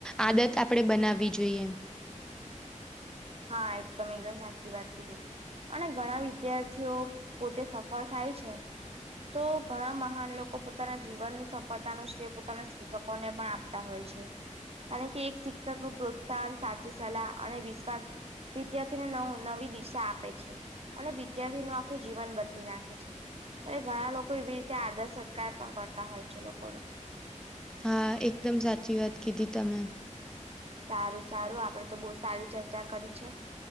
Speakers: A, in the centre; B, on the right.
A: આદત આપણે બનાવવી જોઈએ
B: હા એ તો તમે એકદમ સાચી વાત કીધી. અને ઘણા વિદ્યાર્થીઓ પોતે સફળ થાય છે. તો ઘણા મહાન લોકો પોતાના જીવનની સફળતાનો શ્રેય પોતાના શિક્ષકોને પણ આપે. કારણ કે એક શિક્ષક નું પ્રોત્સાહન સાચી સલાહ અને વિશ્વાસ. વિદ્યાર્થીને ન નવી દિશા આપે છે અને વિદ્યાર્થી ન આખું જીવન બદલી નાખે છે. એ ઘણા લોકો એવી રીતે આદર સત્કાર પણ કરતા હોય છે લોકોનો.
A: હા એકદમ સાચી વાત કીધી તમે.
B: સારું સારું આપડે તો બહુ સારી ચર્ચા કરી છે.